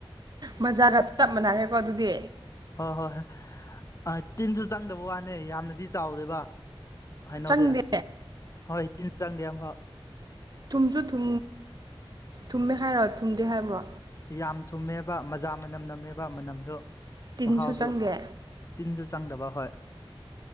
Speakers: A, on the right (about 45°); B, on the left (about 35°).
A: ꯃꯖꯥꯒ ꯆꯞ ꯃꯥꯟꯅꯔꯦꯀꯣ ꯑꯗꯨꯗꯤ
B: ꯍꯣꯏ ꯍꯣꯏꯣꯏ ꯑ ꯇꯤꯟꯁꯨ ꯆꯪꯗꯕ ꯋꯥꯅꯦ ꯌꯥꯝꯅꯗꯤ ꯆꯥꯎꯗꯦꯕ ꯍꯩꯅꯧꯁꯦ
A: ꯆꯪꯗꯦ
B: ꯍꯣꯏ ꯇꯤꯟ ꯆꯥꯡꯗꯤꯌꯥꯝꯝꯕ
A: ꯊꯨꯝꯁꯨ ꯊ ꯊꯨꯝꯃꯦ ꯍꯥꯏꯔꯣ ꯊꯨꯝꯗꯦ ꯍꯥꯏꯕ꯭ꯔꯣ
B: ꯌꯥꯝ ꯊꯨꯝꯃꯦꯕ ꯃꯖꯥ ꯃꯅꯝ ꯅꯝꯃꯦꯕ ꯃꯅꯝꯁꯨ
A: ꯇꯤꯟꯁꯨ
B: ꯃꯍꯥꯎꯁꯨ
A: ꯆꯪꯗꯦ
B: ꯇꯤꯟꯁꯨ ꯆꯪꯗꯕ ꯍꯣꯏ